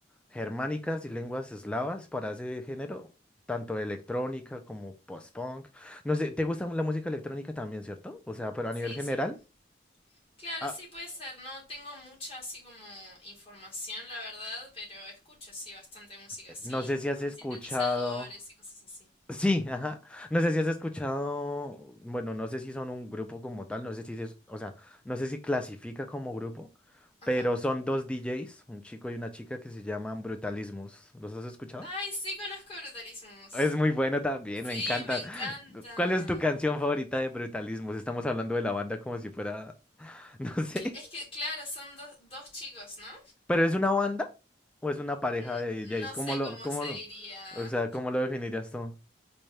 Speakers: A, in the centre; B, on the left.
A: germánicas y lenguas eslavas para ese género, tanto electrónica como post-punk. No sé, ¿te gusta la música electrónica también, cierto? O sea, pero
B: sí,
A: a nivel general,
B: sí. Claro,
A: ah,
B: sí, puede ser. No tengo mucha así como información, la verdad, pero escucho sí bastante música
A: eh,
B: así,
A: no sé si has
B: con
A: escuchado...
B: sintetizadores y cosas así.
A: Sí, ajá. No sé si has escuchado, bueno, no sé si son un grupo como tal, no sé si es, o sea, no sé si clasifica como grupo,
B: Ajá.
A: pero son dos DJs, un chico y una chica que se llaman Brutalismus. ¿Los has escuchado?
B: Ay, sí conozco Brutalismus.
A: Es muy bueno también,
B: Sí,
A: me encanta.
B: me encanta.
A: Cu- ¿Cuál es tu canción favorita de Brutalismo? Si Estamos hablando de la banda como si fuera, <laughs> no sé.
B: Cl- Es que, claro, son dos, dos chicos, ¿no?
A: ¿Pero es una banda o es una pareja
B: N-
A: de DJs?
B: no
A: ¿Cómo
B: sé
A: lo,
B: cómo
A: cómo
B: se
A: lo,
B: diría.
A: o sea, cómo lo definirías tú?